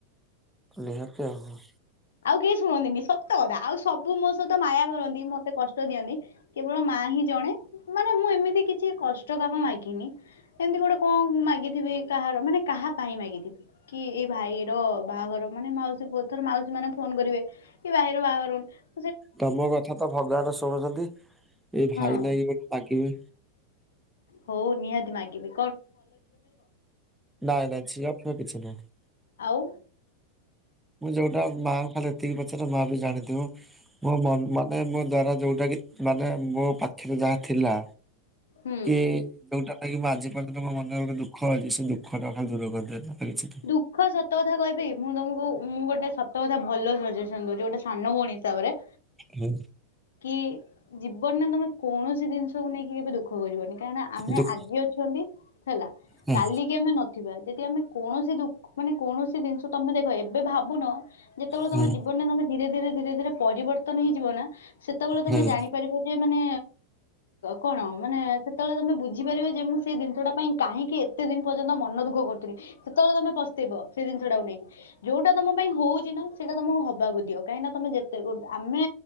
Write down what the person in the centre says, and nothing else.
ନିହାତି ଆଉ।
ତମ କଥା ତ ଭଗବାନ ଶୁଣୁଛନ୍ତି। ଏଇ ଭାଇ
ନାଇଁ ମାଗିବି
ନାଇଁ ନାଇଁ ଯଝିପ କିଛି ନାହଁ।
ମୁଁ ଯୋଉଟା ମାଆ କ ଖାଲି ଏତିକି ପଚାରିଲ ମା ବି ଜାଣିଥିବ ମୋ ମାନେ ମୋ ଦ୍ଵାରା ଯୋଉଟା କି ମାନେ ମୋ ପାଖରେ ଯାହା ଥିଲା।
କେ ଯୋଉଟାଁ ପାଇକି ମୁଁ ଆଜି ପର୍ଯ୍ୟନ୍ତ ମୋ ମନରେ ଗୋଟେ ଦୁଖ ଅଛି ସେ ଦୁଃଖଟା ଖାଲି ଦୂର କରିଦିଅନ୍ତୁ ଆଉ କିଛି ନାହିଁ।
ହୁଁ।
ଦୁଃ
ହୁଁ
ହୁଁ
ହୁଁ